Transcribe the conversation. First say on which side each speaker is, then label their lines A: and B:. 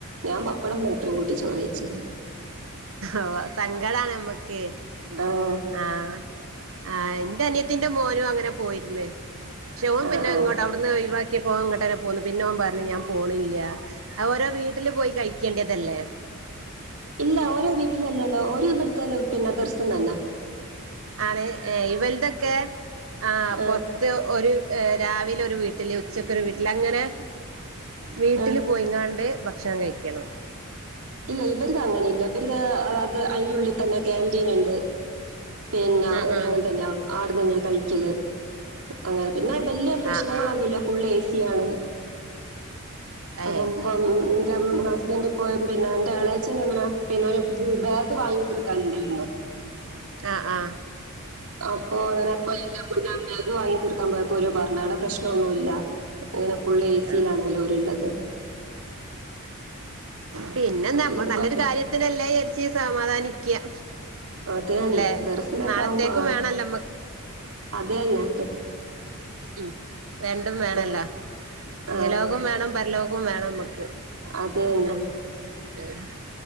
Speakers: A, on the right (about 85°); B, on the right (about 65°).
A: ഞാൻ പപ്പടം മാത്രം കൂട്ടി ചോറ് വച്ച
B: ഓ സങ്കടാണ് നമ്മക്ക്.
A: ആഹ്
B: ആഹ് ആഹ് ഇന്റെ അനിയത്തീന്റെ മോനും അങ്ങനെ പോയിരുന്ന് പക്ഷെ ഓൻ
A: ആ
B: പിന്നെ
A: ആ
B: ഇങ്ങോട്ട് അവിടുന്ന് ഒഴവാക്കിയ പോവാ ഇങ്ങട്ടന്നെ പോന്നു പിന്നെ ഓൻ പറഞ്ഞു ഞാൻ പോണില്ല അത് ഓരോ വീട്ടില് പോയി കയ്ക്കേണ്ടതല്ലേ
A: ഇല്ല ഓരോ വീട്ടിലല്ലോ ഓല് ഇബ്ടുത്ത പിന്നെ ദർശം തന്നാ
B: ആണ് ഏഹ് ഇവൽതൊക്കെ ആഹ്
A: ആ
B: പൊ ത്ത് ഒരു രാവിലെ ഒരു വീട്ടില് ഉച്ചക്ക് ഒരു വീട്ടില് അങ്ങനെ വീട്ടില്
A: ആ
B: പോയിങ്ങാണ്ട് ഭക്ഷണം കഴിക്കണം
A: ഇല്ല ഇവരിത് അങ്ങനെല്ല ഇവരിത് അയ്ന്റെ ഉള്ളിൽ തന്നെ ക്യാന്റീൻ ഇണ്ട് പിന്നെ
B: ഉം
A: ഒരാങ്ങന്നെയാ
B: ഉം
A: ആട തന്നെയാ കഴിക്കല് അങ്ങനെ പിന്നെ വല്ല്യ പ്രശ്നങ്ങളൊന്നുല്ല
B: ആഹ് ആഹ്
A: ഫുള്ള് ഏസിയാണ്
B: ഏഹ്
A: അപ്പം പ്പം ൻ്റെ ഹസ്ബൻ്റ് പോയ പിന്നെ എന്റെ എളച്ചന് എങ്ങനെ പിന്നെ ഓന് ബാഗൊക്കെ വാങ്ങി കൊടുക്കാനുണ്ടായിരുന്നു
B: ആഹ് ആഹ്
A: അപ്പൊ അങ്ങനെ <unintelligible> വാങ്ങി കൊടുക്കാൻ പോയപ്പോ ഓര് പറഞ്ഞ് അടെ പ്രശ്നൊന്നുല്ല ങ്ങനെ ഫുള്ള് എ സിയിലാണല്ലോ
B: ആഹ്
A: ഓര്ള്ളത്
B: പിന്നെന്താ
A: വലിയ
B: നമ്മള് നല്ലൊരു
A: കുഴപ്പമില്ല
B: കാര്യത്തിനല്ലെ വിചാരിച്ച് സമാധാനിക്ക
A: അതന്ന
B: അല്ലെ
A: ദർസിലാക്കാവുമ്പോ
B: നാളത്തേക്കും
A: ആഹ്
B: വേണല്ലോ
A: അതന്നെ
B: ഉം രണ്ടും വേണല്ലോ
A: ആ
B: ഇഹ ലോകോം വേണം പരലോകോം വേണം ന
A: അതന്നെ
B: ഉം